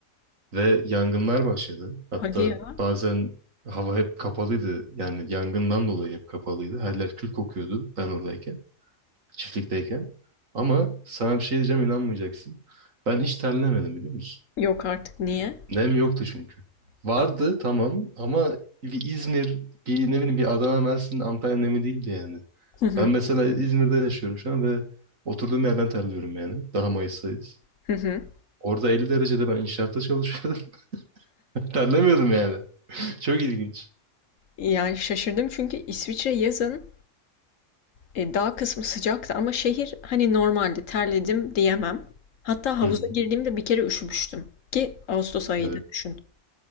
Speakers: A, on the right (about 85°); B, on the left (about 75°).
A: Ve yangınlar başladı. Hatta
B: Hadi ya.
A: bazen hava hep kapalıydı. Yani yangından dolayı hep kapalıydı. Her yer kül kokuyordu ben oradayken. çiftlikteyken. Ama sana bir şey diyeceğim inanmayacaksın. Ben hiç terlemedim biliyor musun?
B: Yok artık. Niye?
A: Nem yoktu çünkü. Vardı
B: Aa,
A: tamam ama bir İzmir, bir ne bileyim bir Adana, Mersin, Antalya nemi değildi yani.
B: Hı hı.
A: Ben mesela İzmir'de yaşıyorum şu an ve oturduğum yerden terliyorum yani. Daha Mayıs'tayız.
B: Hı hı.
A: Orada 50 derecede ben inşaatta çalışıyordum. <laughs> Terlemiyordum yani. <laughs> Çok ilginç.
B: Yani şaşırdım çünkü İsviçre yazın e, dağ kısmı sıcaktı ama şehir hani normaldi. Terledim diyemem. Hatta havuza
A: Hı hı.
B: girdiğimde bir kere üşümüştüm. Ki Ağustos ayıydı
A: Evet.
B: düşün.